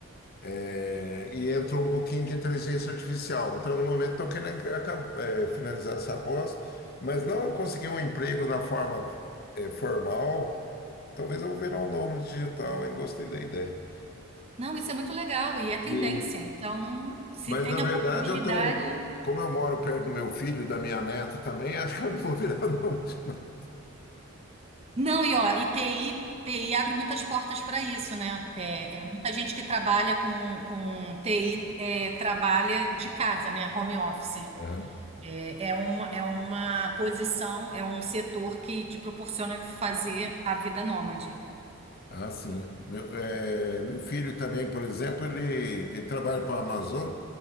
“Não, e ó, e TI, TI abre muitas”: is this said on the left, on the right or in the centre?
Right